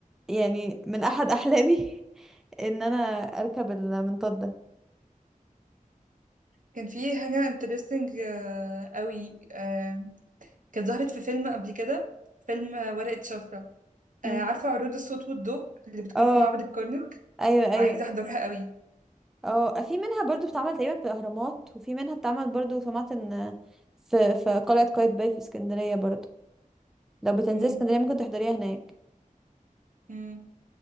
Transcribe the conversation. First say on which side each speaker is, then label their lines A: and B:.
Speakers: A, in the centre; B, on the right.
A: يعني من احد احلامي <laughs> ان انا اركب المنطاد ده
B: كان في حاجه انترستنج قوي آه، كانت ظهرت في فيلم قبل كده فيلم آه، ورقه شفره
A: مم.
B: آه، عارفه عروض الصوت والضوء اللي بتكون
A: اه
B: في معبد الكرنك
A: ايوه ايوه
B: عايزه احضرها قوي
A: اه في منها برضو بتتعمل تقريبا في الاهرامات وفي منها بتتعمل برضو سمعت ان في في قلعه قايتباي في اسكندريه برضو لو بتنزلي
B: مم.
A: اسكندريه ممكن تحضريها هناك
B: مم.